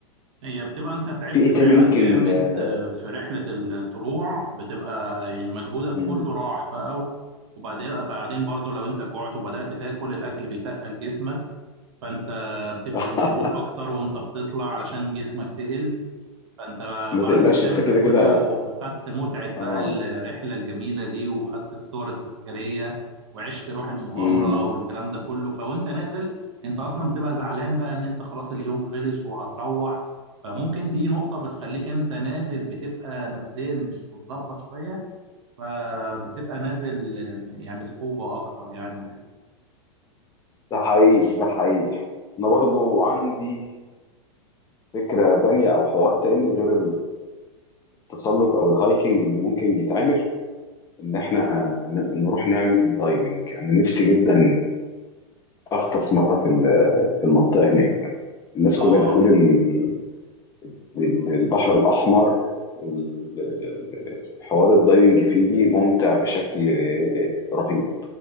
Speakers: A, on the right; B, on the left.
A: هي بتبقى انت تعبت
B: في ايه
A: فعلا
B: تاني ممكن
A: جامد
B: آه،
A: آه، في رحلة الطلوع بتبقى يعني مجهودك
B: مم.
A: كله راح بقى و- وبعدين بعدين برضو لو انت جوعت وبدأت تاكل الاكل بيتقل جسمك فانت بتبذل
B: <laughs>
A: مجهود اكتر وانت بتطلع علشان جسمك تقل فانت
B: ما
A: بعد
B: تقلقش
A: ما بتعمل
B: انت كده
A: ده كله
B: كده
A: خدت متعة بقى
B: اه
A: الرحلة الجميلة دي وخدت الصور التذكارية وعشت روح المغامرة
B: مم.
A: والكلام ده كله فوانت نازل انت اصلا بتبقى زعلان بقى ان انت خلاص اليوم خلص وهتروح فممكن دي نقطة بتخليك انت نازل بتبقى نفسيا مش متظبط شوية فبتبقى نازل يعني بصعوبة اكتر يعني وكده
B: ده حقيقي ده حقيقي انا برضو عندي فكره تانية او حوار تاني غير التسلق او الهايكنج اللي ممكن يتعمل ان احنا ن- نروح نعمل دايفنج انا نفسي جدا اغطس مره في ال- في المنطقه هناك الناس
A: اه
B: كلها بتقول ال- ال-
A: آه، بصراحة
B: البحر الاحمر ال- ال- حوار الدايفنج فيه ممتع بشكل رهيب